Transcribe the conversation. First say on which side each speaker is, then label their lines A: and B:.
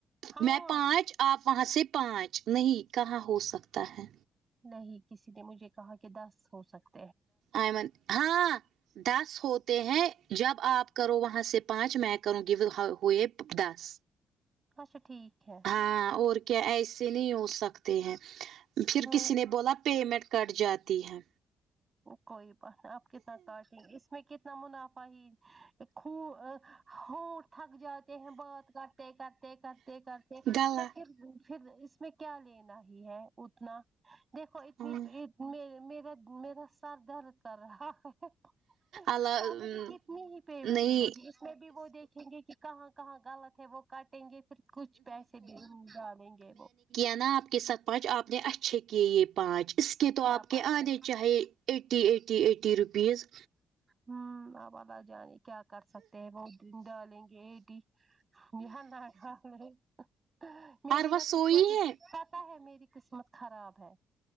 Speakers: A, on the right; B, on the right.
A: ہاں
B: میں پانچ آپ وہاں سے پانچ نہیں کہاں ہو سکتا ہے
A: نہیں کسی نے مجھے کہا کہ دس ہو سکتا
B: ایمن ہاں دس ہوتے ہیں جب آپ کرو وہاں سے پانچ میں کروں گی ہوئے دس
A: اچھا ٹھیک ہے
B: ہاں اور کیا ایسے نہیں ہو سکتے ہیں پھر
A: ہاں
B: کسی نے بولا پیمنٹ کٹ جاتی ہے
A: کوئی بات نہیں آپکے ساتھ کاٹیں اس میں کتنا منافع ہی خو ہونٹ تھک جاتے ہیں بات کرتے کرتے کرتے کرتے
B: گلا
A: تو پھر پھر اس میں کیا لینا ہی ہے اتنا دیکھو اتنی
B: ہاں
A: میرا میرا سر درد کر رہا ہے
B: اللہ
A: تو آپ مجھے کتنی ہی پیمنٹ
B: نہیں
A: ملے گی اس میں بھی وہ دیکھیں گے کہاں کہاں غلط ہے وہ کٹیں گے پھر کچھ پیسے بھی ڈالیں گے وہ
B: ہے نا آپ کے سات پانچ آپ نے اچھے کیے یہ پانچ اس کے تو
A: کیا
B: آپ کے
A: پاتا
B: آنے
A: ہے
B: چاہے ایٹی ایٹی ایٹی روپیز
A: ہاں اب اللہ جانے کیا کر سکتے ہیں وہ بن ڈالیں گے ای ڈ یہ نہ <unintelligible> میری
B: اور وہ
A: نا
B: سوئی
A: قسمت ہی
B: ہے
A: پتہ ہے میری قسمت خراب ہے